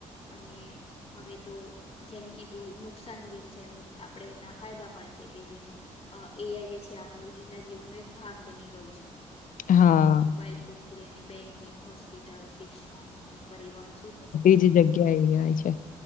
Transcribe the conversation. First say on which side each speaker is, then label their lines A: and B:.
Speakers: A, on the left; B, on the left.
A: અને હવે તો જેમ કીધું નુકસાન જેમ છે એમ આપડે એના ફાયદા પણ છે કે જેમ એ આઈ જે છે આપણા રોજિંદા જીવનનો એક ભાગ બની ગયું છે
B: હા
A: મોબાઈલ ફોન થી લઈને બેંકિંગ હોસ્પિટલ શિક્ષણ અને પરિવહન શું
B: એ જગ્યા એય છે